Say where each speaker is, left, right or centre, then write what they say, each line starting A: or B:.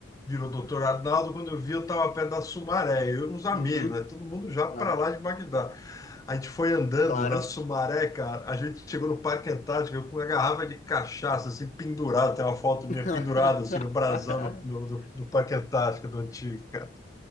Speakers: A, on the left; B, on the left.
A: virou doutor Arnaldo, quando eu vi eu estava perto da Sumaré, eu e uns amigos,
B: Uhum,
A: né? Todo mundo já para
B: ah,
A: lá de Bagdá. A gente foi andando
B: claro.
A: na Sumaré, cara, a gente chegou no Parque Antártico eu com uma garrafa de cachaça, assim, pendurada, tem uma foto
B: <laughs>
A: minha pendurada, assim, no brasão do, do, do- do Parque Antártico, do antigo, cara.